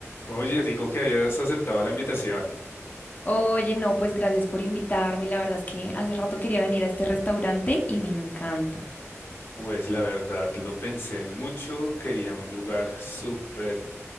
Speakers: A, on the left; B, on the left.
A: Oye, rico que hayas aceptado la invitación.
B: Oye, no, pues gracias por invitarme. La verdad es que hace rato quería venir a este restaurante y me encanta.
A: Pues la verdad, lo pensé mucho. Quería un lugar súper